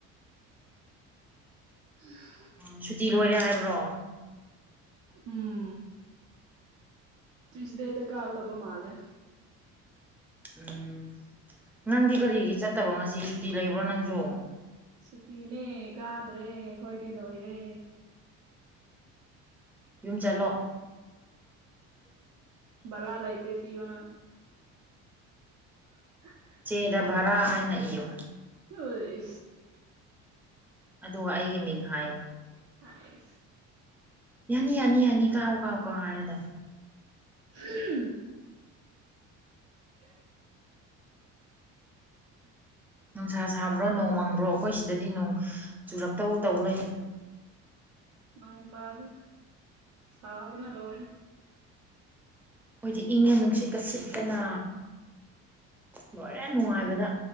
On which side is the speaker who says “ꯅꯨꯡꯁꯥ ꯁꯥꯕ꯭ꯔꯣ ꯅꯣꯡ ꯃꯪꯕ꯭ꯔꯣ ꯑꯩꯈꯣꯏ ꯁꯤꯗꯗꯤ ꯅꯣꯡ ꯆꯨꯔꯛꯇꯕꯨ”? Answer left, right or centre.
Centre